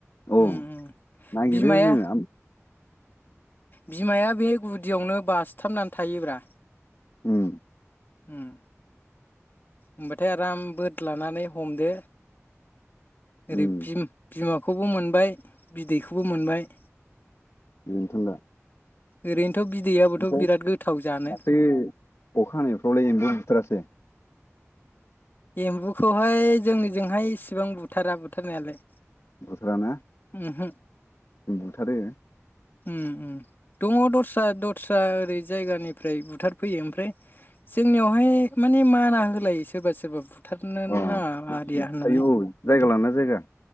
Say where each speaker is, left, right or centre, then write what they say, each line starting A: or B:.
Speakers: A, on the left; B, on the left.
A: औ
B: उम उम
A: नागिरो
B: बिमाया
A: जोङो
B: बिमाया बे गुदियावनो बासथाबनानै थायोब्रा
A: उम
B: ओम होमबाथाय आराम बोदलानानै हमदो ओरै
A: उम
B: बिम बिमा खौबो मोनबाय बिदैखौबो मोनबाय
A: बेनोथन दा
B: ओरैन थ बिदैआबोथ
A: ओमफ्राय
B: बिराद गोथाव जानो
A: दाख्लै अखा हानायफ्रावलाय एम्बु बुथारासै
B: एम्बुखौहाय जोंनिजोंहाय इसेबां बुथारा बुथारनायालाय
A: बुथारा ना
B: उमहो
A: बुथारो
B: उम उम दङ दस्रा दस्रा ओरै जायगानिफ्राय बुथारफैयो ओमफ्राय जोंनियावहाय माने माना होलायो सोरबा सोरबा थारनो नाङा
A: अ
B: आरिया
A: थायो
B: होननानै
A: औ जायगा लाना जायगा